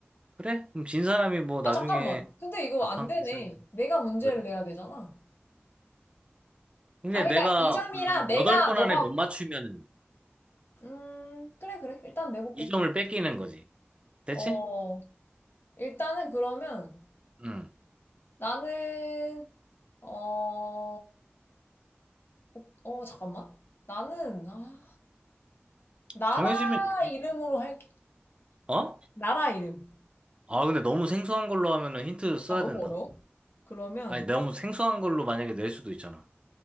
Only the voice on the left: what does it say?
아,
잠깐만. 근데 이거
안
되네.
내가 문제를
내야 되잖아.
아, 그러니까
2점이라
내가,
너가,
음, 그래, 그래. 일단 내볼게.
어, 일단은 그러면
나는, 어, 어, 어, 잠깐만. 나는, 아, 나라
이름으로 할게.
나라 이름.
아, 너무
어려워? 그러면,